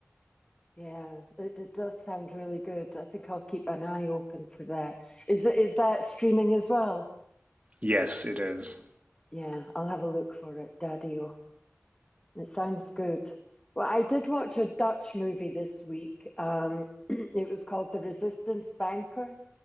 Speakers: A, on the left; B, on the right.
A: Yeah, it, it does sound really good. I think I'll keep an eye open for that. Is it is that streaming as well?
B: Yes, it is.
A: Yeah, I'll have a look for it, Daddio. It sounds good. Well, I did watch a Dutch movie this week. Um, <clears throat> it was called The Resistance Banker.